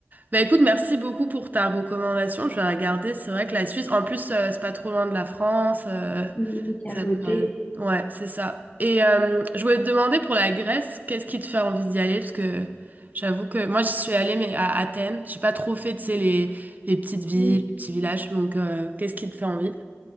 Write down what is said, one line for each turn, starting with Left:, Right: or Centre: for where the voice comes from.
Right: Bah écoute, merci beaucoup pour ta recommandation. Je vais regarder. C'est vrai que la Suisse, en plus, euh, c'est pas trop loin de la France. euh,
Left: Oui, c'est
Right: ça
Left: à côté.
Right: pourrait- Ouais, c'est ça. Et euh, je voulais te demander pour la Grèce, qu'est-ce qui te fait envie d'y aller? Parce que j'avoue que moi, j'y suis allée, mais à Athènes. J'ai pas trop fait, tu sais, les, les petites villes,
Left: Hmm.
Right: les petits villages. Donc, euh, qu'est-ce qui te fait envie?